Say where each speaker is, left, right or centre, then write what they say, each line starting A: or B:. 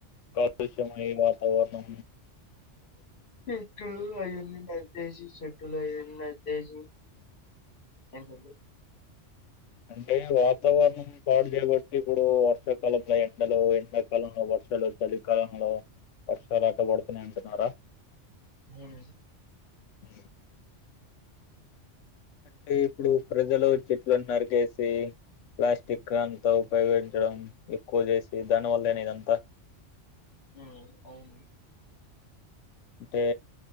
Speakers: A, on the left (about 80°); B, on the left (about 60°).
A: కాదుషమ ఈ మా అవును
B: చెట్టులు అయంది నదజ చెట్టులు అయంది నదసి <inaudible>
A: అంటే వాతావరణం పాడు చేయబట్టి ఇప్పుడు వర్షాకాలంంలో ఎండలు ఎండాకాలంలో వర్షాలు చలికాలంలో వర్షాలు అట పడుతున్నాయి అంటున్నారా
B: అవును
A: అ అంటే ఇప్పుడు ప్రజలు చెట్లనులను నరికేసి ప్లాస్టిక్ అంతా ఉపయోగించడం ఎక్కువ చేసి దానివల్లనే ఇదంతా
B: మ్మ్ అవును
A: అంటే